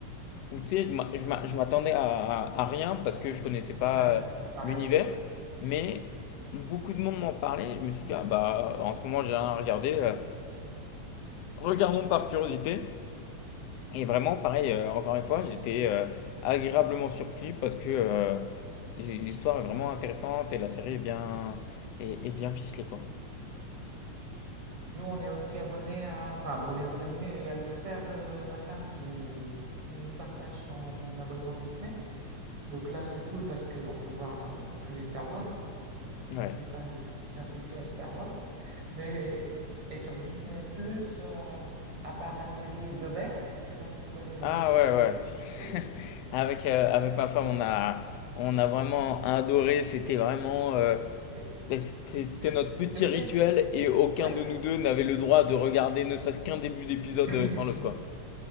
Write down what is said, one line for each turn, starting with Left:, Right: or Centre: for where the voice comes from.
Left: Ou tu sais, je m'a- je m'a- je m'attendais à, à- à rien parce que je connaissais pas
Right: Ouais,
Left: euh,
Right: pareil.
Left: l'univers, mais beaucoup de monde m'en parlait. et Je me suis dit, ah bah, en ce moment, j'ai rien à regarder. euh, regardons par curiosité. Et vraiment, pareil, euh, encore une fois, j'étais euh, agréablement surpris parce que euh, l'histoire est vraiment intéressante et la série est bien, est, est bien ficelée, quoi.
Right: Nous, on est aussi abonnés à... Enfin, abonnés entre guillemets. Il y a le frère de ma femme qui, qui nous partage son abonnement Disney. Donc là, c'est cool parce qu'on peut voir euh, tous les Star Wars.
Left: Ouais.
Right: Assez fan de science-fiction et de Star Wars. Mais et sur Disney+, Plus, euh, à part la série The Bear, je sais pas si tu connais le
Left: Ah
Right: truc
Left: ouais,
Right: avec le chef McDo,
Left: ouais. <laughs> Avec, euh, avec ma femme, on a, on a vraiment adoré. C'était vraiment. euh,
Right: c'est
Left: Ben, c-
Right: c'est-
Left: C'était notre petit
Right: c'est spéc-
Left: rituel et aucun
Right: ouais.
Left: de nous deux n'avait le droit de regarder ne serait-ce qu'un début d'épisode
Right: <laughs>
Left: euh, sans l'autre, quoi.